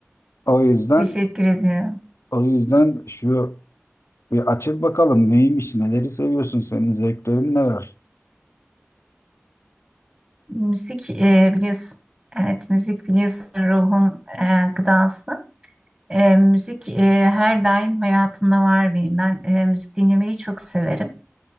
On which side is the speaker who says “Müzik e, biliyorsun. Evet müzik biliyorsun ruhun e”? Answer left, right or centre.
Right